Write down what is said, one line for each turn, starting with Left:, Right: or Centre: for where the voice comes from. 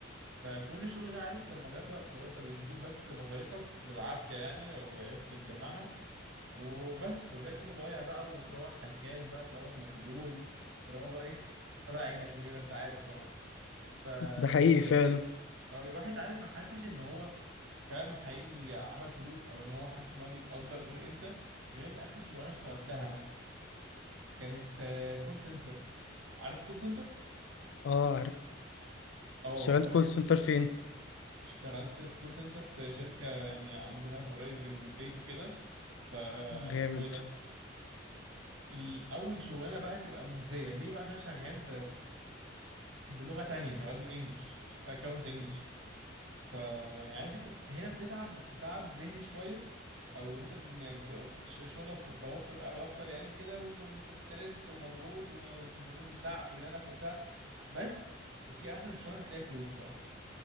Right: فكل الشغل ده عارف كان مضيعة وقت لو انت بتجيب بس مصاريفك بالعافيه يعني لو عرفت تجمعها وبس وباقي كله ضايع بقى وتروح هلكان بقى تروح مبلول تروح بقى ايه <laughs> طلع عينك وكده انت عارف اه ف
Left: ده حقيقي
Right: يعني
Left: فعلا
Right: اه الواحد عارف ما حسش ان هو فعلا حقيقي عمل فلوس او ان هو حاسس ان هو بيتقدر غير امتى غير اخر شغلانه اشتغلتها انا كانت آه، كول سنتر عارف الكول سنتر
Left: اه عارف
Right: اه
Left: اشتغلت
Right: فانا
Left: كول
Right: كنت
Left: سنتر فين
Right: اشتغلت في كول سنتر في شركه يعني عندنا قريب جنب من البيت وكده فاسمه
Left: جامد
Right: ايه ده الاول شغلانه بقى تبقى مجزيه ليه بقى عشان شغال بلغة تانية شغال بالانجلش في اكونت انجلش فيعني عارف انت هنا بتتعب بس تعب ذهني شوية او انت ب- يعني بتبقى ش- شغلك في التوتر او اكتر يعني وكده وانت ستريس ومضغوط والناس بتزعق في ودانك وبتاع بس بتيجي اخر الشهر تلاقي فلوس بصراحة